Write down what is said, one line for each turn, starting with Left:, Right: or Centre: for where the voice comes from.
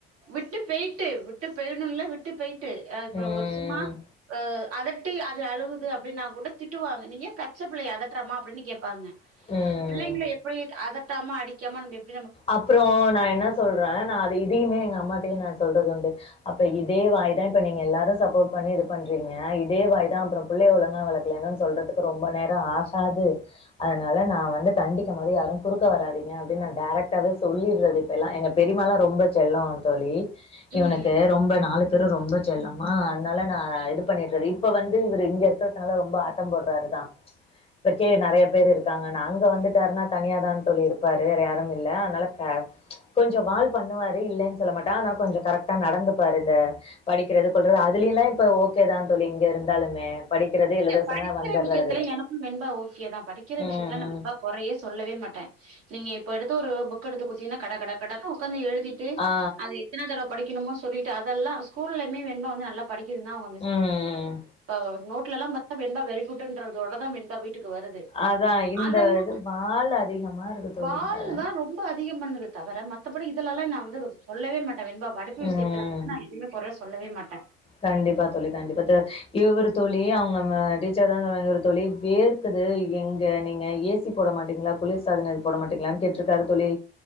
Right: விட்டு பேய்ட்டு விட்டு பேய்யணும்ல விட் ட்டு பேய் டு இப்ப
Left: ம்.
Right: ஒரு சும்மா ஆஹ் அதட்டி அது அழுகுது அப்டின்னா கூட திட்டுவாங்க நீங்க ஏ பச்ச புள்ளய அதற்றம்மா அப்டின்னு கேப்பாங்க
Left: ம்.
Right: பிள்ளைங்கள எப்டி அதட் அதட்டாம அடி க்காம நம்ப எப்
Left: அப்புறம் நான் என்ன சொல்றேன் நான் அது இதையுமே எங்க அம்மாட்டயும் நா சொல்றது உண்டு அப்ப இதே வாய் தான் இப்ப நீங்க எல்லாரும் சப்போர்ட் பண்ணி இது பண்றீங்க இதே வாய் தான் அப்புறம் புள்ளைய ஒழுங்க வளக்கல சொல்றதுக்கு ரொம்ப நேரம் ஆகாது அதனால நான் வந்து கண்டிக்கும் போது யாரும் குறுக்க வராதீங்க அப்டினு டேரக்ட் டாவே சொல்லிற்றது இப்பேல்லாம் எங்க பெரிமால்லா ரொம்ப செல்லோ தோழி
Right: ம்
Left: இவனுக்கு ரொம்ப நாலு பேரும் ரொம்ப செல்லமா அதுனால நா இது பண்ணிடுறது இப்ப வந்து இவரு இங்க இருக்கறதுனால ரொம்ப ஆட்டம் போடுறாருதான் இப்பக்கே நெறைய பேரு இருக் ங்க அங்க வந்துட்டாருன்னா தனியா தான தோழி இருப்பாரு வேற யாரும் இல்ல அதுனால க ச் கொஞ் சோ வால் பண்ணுவாரு இல்லேன்னு சொல்ல மாட்டே ஆனா கொஞ்சோ கரெக்டா நடந்துப்பாரு இந்த படிக்கிறது கொல்றது அதுலேல்லாம் இப்ப ஓகே தான் தோழி இங்க இருந்தாலுமே படிக்கிறது,
Right: நீங்க
Left: எழுத
Right: படிக்கிற
Left: சொன்னா வந்துர்றாரு.
Right: விஷயத்துல எனக்கும் வெண்பா ஓகேதான் படிக்கிற விஷயத்துல
Left: ம்,
Right: நான்
Left: ம்.
Right: வென்ம்பா குறையே சொல்லவே மாட்டேன் நீங்க இப்ப எடுத்து ஒரு புக் எடுத்து குடுத்தீங்கன்னா கட கட கடனு உக்காந்து எழு தீட்டு
Left: ஆ.
Right: அத எத்தன தடவ படிக்க கனுமோ சொல்லிட்டு அதெல்லாம் ஸ்கூல்லயும் வெண்பா வந்து நல்லா படிக்கதுன்தா அவுங்க மிஸ்
Left: ம்,
Right: அ
Left: ம்.
Right: இப்ப நோட் வீட்லலாம் பாத் வெண்பா வெறிகுட்டுன்றது ஓட தா வெண்பா வீட்டுக்கு க்கு வருது
Left: அதான் இந்த
Right: அதெல்லா
Left: இது வால் அதிகமா இருக்கு தோழி.
Right: வாழ்
Left: அதான்.
Right: தா ரொம்ப அதிகம் பண்ணது தவிர மத்த மத்தபடி இதலெல்லா நா வந்து சொல்லவே மாட்டே வெண்பா படிப்பு விஷியத்தில்ல
Left: ம்.
Right: வந்து எதுமே கொற சொல்லவே மாட்ட
Left: கண்டிப்பா தோளி கண்டிப்பா தோளி இவரு தோளி அவங்க டீச்சர் தா சொன்னாங்க ஒரு தோளி வேர்க்குது எங்க நீங்க ஏசி போட மாட்டீங்களா குளிர் சாதனோ இது போட மாட்டீங்களா கேட்டிருக்காரு தோளி